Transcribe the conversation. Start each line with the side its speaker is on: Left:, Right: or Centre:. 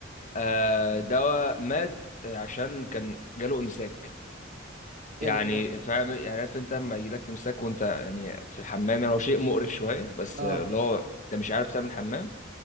Left: آه ده مات عشان كان جاله امساك
Right: ايه
Left: يعني
Right: ده جل...
Left: فاهم يعني عارف انت لما يجيلك امساك وانت يعني في الحمام يعني هو شيء مقرف شويه بس
Right: اه
Left: اللي هو انت مش عارف تعمل حمام